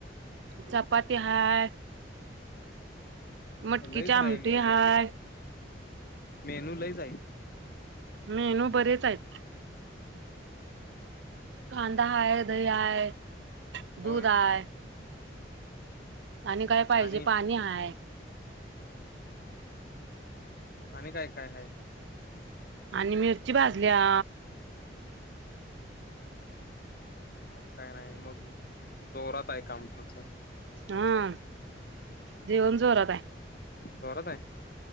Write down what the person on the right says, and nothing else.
चपाती हाय, मटकीचे
आमटी
हाय.
मेनू बरेच आहेत. कांदा हाय, दही हाय, दूध
हाय. आणि काय पाहिजे
पाणी हाय.
आणि मिरची भाजल्या.
हा. जेवण जोरात हाय.